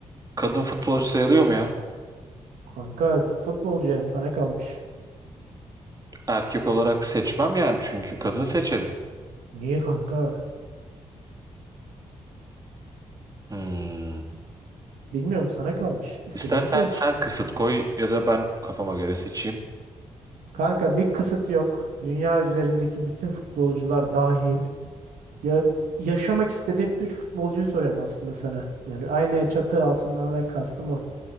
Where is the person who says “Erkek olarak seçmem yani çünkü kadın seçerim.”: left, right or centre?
Right